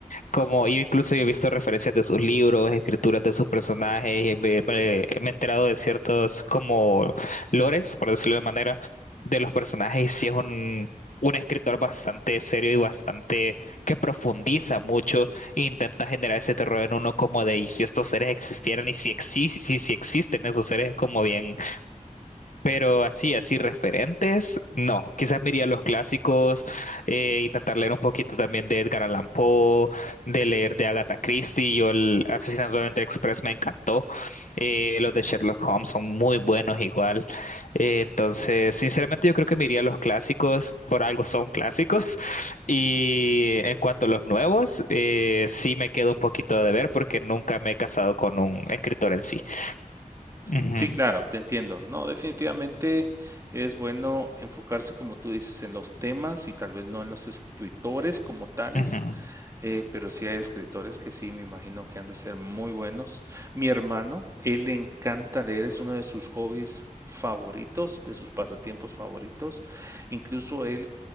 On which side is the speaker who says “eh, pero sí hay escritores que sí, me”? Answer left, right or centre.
Right